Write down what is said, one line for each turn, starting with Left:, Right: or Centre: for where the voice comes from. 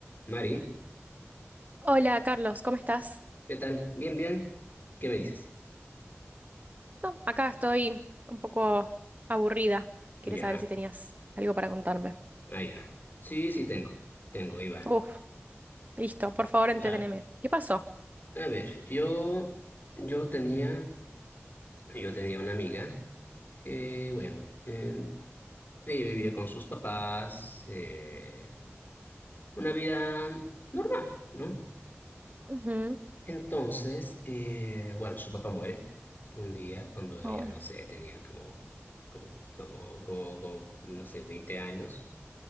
Left: Mari,
Right: Hola Carlos, ¿cómo estás?
Left: ¿qué tal? ¿Bien, bien? ¿Qué me dices?
Right: No, acá estoy un poco aburrida. Quería
Left: Ya,
Right: saber si tenías algo para contarme.
Left: ah, ya. Sí, sí, tengo, tengo, ahí va.
Right: Uf, listo, por favor, entreteneme.
Left: Ah,
Right: ¿Qué pasó?
Left: a ver, yo, yo tenía, yo tenía una amiga que, bueno, eh, ella vivía con sus papás, eh, una vida normal, ¿no?
Right: Ujú,
Left: Entonces, eh, bueno, su papá muere un día cuando ella,
Right: oh,
Left: no sé, tenía como, como, como, como, como, no sé, 20 años.